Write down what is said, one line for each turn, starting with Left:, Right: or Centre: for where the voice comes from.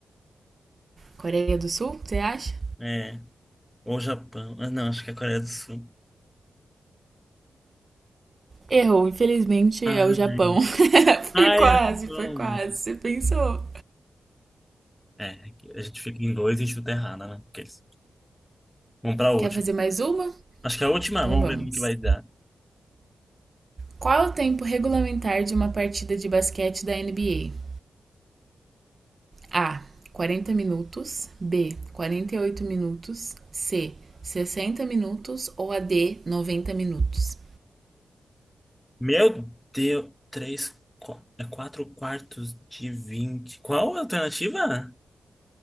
Right: Coreia do Sul, você acha?
Centre: É. Ou Japão. Ah, não, acho que é a Coreia do Sul.
Right: Errou, infelizmente
Centre: Ai,
Right: é o Japão. <laughs> foi
Centre: ai,
Right: quase,
Centre: é o Japão.
Right: foi quase. Você pensou.
Centre: É, a gente fica em dois e chuta errada, né? Porque eles- Vamos pra última.
Right: Quer fazer mais uma?
Centre: Acho que é a última,
Right: Então
Centre: vamos
Right: vamos.
Centre: ver no que vai dar.
Right: Qual é o tempo regulamentar de uma partida de basquete da NBA? A. quarenta minutos. B. quarenta e oito minutos. C. sessenta minutos. Ou a D. noventa minutos.
Centre: Meu Deus, três. qu- É quatro quartos de vinte Qual a alternativa?